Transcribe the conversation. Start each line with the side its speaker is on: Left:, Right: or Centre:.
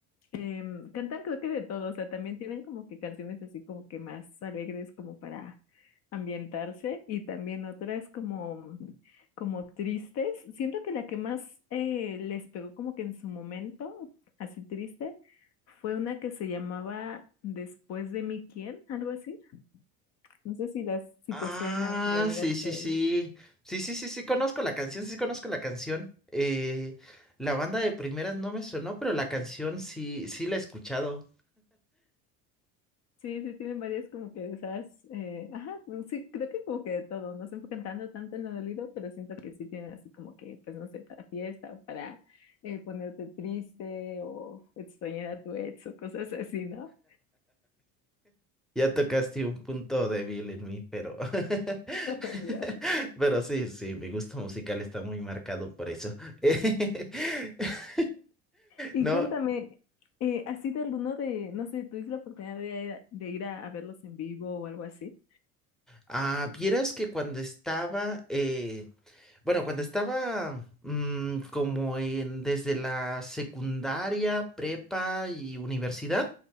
Left: Em, cantan creo que de todo, o sea, también tienen como que canciones así como que más alegres como para ambientarse y también otras como, como tristes. Siento que la que más eh, les pegó como que en su momento, así triste, fue una que se llamaba Después de mí, ¿quién? Algo así. No sé si las, si
Centre: Ah,
Left: te suena o si la llegaste
Centre: sí, sí,
Left: a
Centre: sí.
Left: oír.
Centre: Sí, sí, sí, sí, conozco la canción, sí conozco la canción. Eh, la banda de primeras no me sonó, pero la canción sí, sí la he escuchado.
Left: Sí, sí, tienen varias como que de esas, eh, ajá, pues sí, creo que como que de todo, no se enfocan tanto, tanto en lo dolido, pero siento que sí tienen así como que, pues no sé, para fiesta o para eh, ponerte triste o extrañar a tu ex o cosas así, ¿no?
Centre: Ya tocaste un punto débil en mí, pero, <laughs>
Left: <laughs> Dios.
Centre: pero sí, sí, mi gusto musical está muy marcado por eso. <laughs>
Left: Y
Centre: No,
Left: cuéntame, eh, ¿has ido alguno de, no sé, tuviste la oportunidad de ir, a, de ir a, a verlos en vivo o algo así?
Centre: ah, vieras que cuando estaba eh, Bueno, cuando estaba mm, como en desde la secundaria, prepa y universidad,